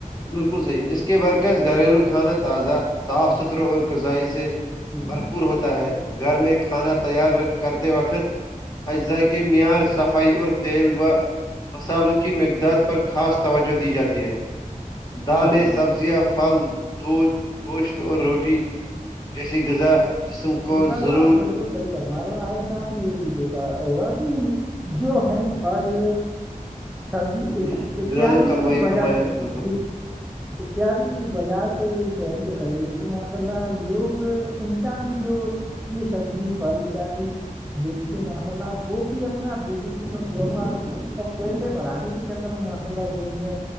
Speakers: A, on the left (about 30°); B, in the centre.
A: بالکل صحیح اس کے برعکس گھریلو کھانا تازہ صاف ستھرا اور غذائی سے
B: جی
A: بھرپور ہوتا ہے گھر میں کھانا تیار کرتے وقت اجضا کے معیار صفائی اور تیل و مصالوں کی مقداد پر خاص توجہ دی جاتی ہے دالیں
B: جی جناب
A: سبزیاں پھل دودھ گوشت اور روٹی جیسی غذا جسم کو
B: انشاء اللہ
A: ضرور
B: آپ بالکل صحیح فرما رہے ہو اگر جناب آپ نے یہ بھی دیکھا ہوگا کہ جو ہم پھل سبزی
A: مناد
B: اتیاد
A: و تنمائی
B: وجہ
A: فرمایا
B: جی
A: <inaudible>
B: اتیادی بازار سے شہر سے خریدتے تو ماشاء اللہ لوگ انسان جو یہ سبزی پھل اتیاد بیچتے ماشاء اللہ وہ بھی اپنا بجنس اور بیوار اور پیسے بڑھانے کے چکر میں ماشاءاللہ وہ ان میں